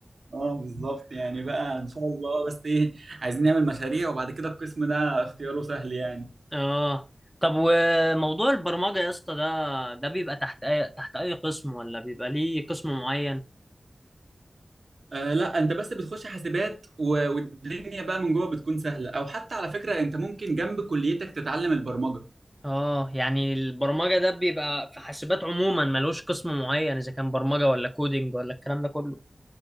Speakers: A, on the right; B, in the centre.
A: اه بالظبط يعني بقى ان شاء الله بس ايه عايزين نعمل مشاريع وبعد كده القسم ده اختياره سهل يعني
B: اه طب وموضوع البرمجة يا اسطى ده ده بيبقى تحت أي تحت أي قسم ولا بيبقى ليه قسم معين؟
A: آه لا انت بس بتخش حاسبات و- والدنيا بقى من جوه بتكون سهله او حتى على فكره انت ممكن جنب كليتك تتعلم البرمجه
B: اه يعني البرمجة ده بيبقى في حاسبات عموما ملوش قسم معين إذا كان برمجة ولا كودينج ولا الكلام ده كله